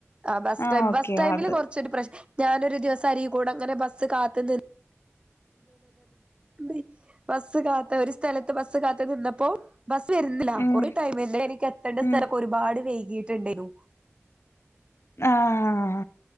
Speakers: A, on the right; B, on the left.
A: ആ് ബസ്
B: ആ
A: ടൈ
B: ഓക്കെ
A: ബസ് ടൈമില്
B: അത്
A: കുറച്ചൊരു പ്ര ഞാനൊരു ദിവസ അരി കൂട അങ്ങനെ ബസ് കാത്ത നി നി ബസ് കാത്ത ഒരു സ്ഥലത്ത് ബസ് കാത്തു നിന്നപ്പോ ബസ് വരുന്നില്ല
B: ഉം
A: കൊറെ ടൈം വ എനിക്ക് എത്തേണ്ട സ്ഥലക്ക
B: ഉം
A: ഒരുപാട് വൈകി യിട്ടുണ്ടരുന്നു
B: ആഹ